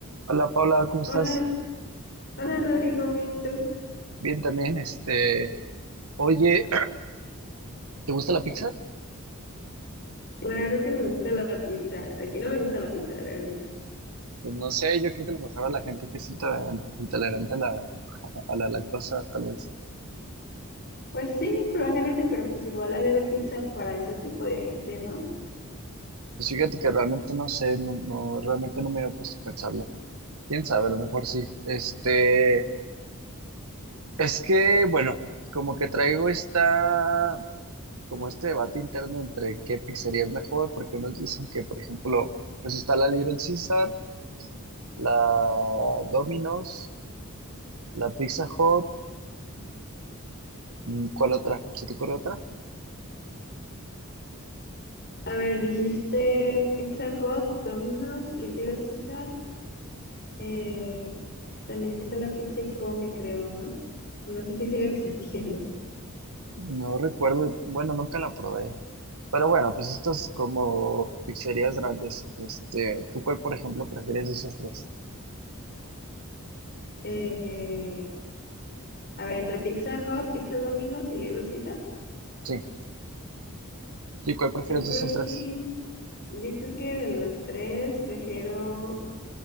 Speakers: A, on the right; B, on the left.
A: Hola Paula, ¿cómo estás?
B: Hola, hola Rodrigo, ¿bien y tú?
A: Bien también, este, oye, <clears throat> ¿te gusta la pizza?
B: Claro que me gusta la pizza. Aquí no me gusta la pizza realmente.
A: Pues no sé, yo creo que a lo mejor a la gente que es intolerante, intolerante a la, a la lactosa, tal vez.
B: Pues sí, probablemente, pero pues igual hay de haber pizza para ese tipo de gente, ¿no?
A: Pues fíjate que realmente no sé, no, no, realmente no me había puesto a pensarlo. Quién sabe, a lo mejor sí. Este, es que, bueno, como que traigo esta, como este debate interno entre qué pizzería es mejor, porque unos dicen que, por ejemplo, pues está la Little Caesar, la Domino's, la Pizza Hut ¿Y ¿Cuál otra? ¿Se te ocurre otra?
B: A ver, dijiste Pizza Hut, Domino's, Little Caesar. eh, también está la pizza y come, creo, ¿no? No sé si sigue <laughs> existiendo.
A: No recuerdo, bueno, nunca la probé. Pero bueno, pues estas como pizzerías grandes. Este, ¿tú cuál, por ejemplo, prefieres de esos tres?
B: Eh, a ver, entre Pizza Hut, Pizza Domino's y Little Caesar,
A: Sí, sí, ¿cuál prefieres
B: yo creo
A: de esos tres?
B: que, yo creo que de las tres prefiero